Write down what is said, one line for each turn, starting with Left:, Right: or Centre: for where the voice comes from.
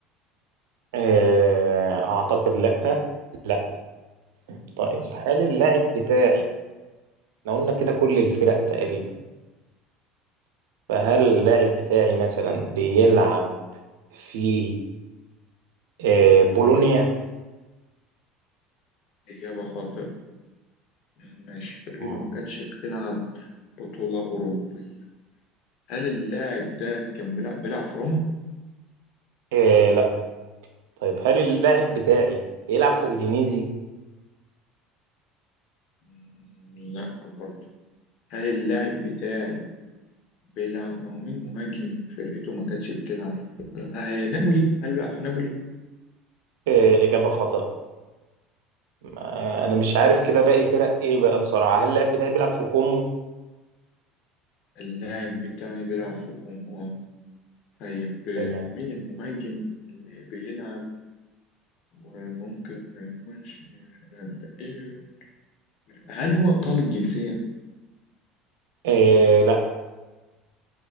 Right: آه، اعتقد لا لا طيب هل اللاعب بتاعي احنا قلنا كده كل الفرق تقريبا فهل اللاعب بتاعي مثلا بيلعب في آه، بولونيا
Left: إجابة خاطئة ماشي فرقته
Right: مم.
Left: ما كانتش بتلعب بطولة أوروبية هل اللاعب ده كان بيلعب بيلعب في روما؟
Right: آه، لا طيب هل اللاعب بتاعي بيلعب في اودينيزي
Left: مم، لا برضه هل اللاعب بتاعي بيلعب ما هو مين مهاجم فرقته ما كانتش بتلعب في البطولة؟ آه نابولي هل بيلعب في نابولي؟
Right: إيه، إجابة خاطئة ما- أنا مش عارف كده باقي فرق إيه بقى بصراحة هل اللاعب بتاعي بيلعب في كومو؟
Left: اللاعب بتاعي بيلعب في كوم اه طيب آه،
Right: تمام
Left: مين المهاجم اللي بيلعب وممكن ما يكونش في الهلال؟ هل هو إيطالي الجنسية؟
Right: إيه لا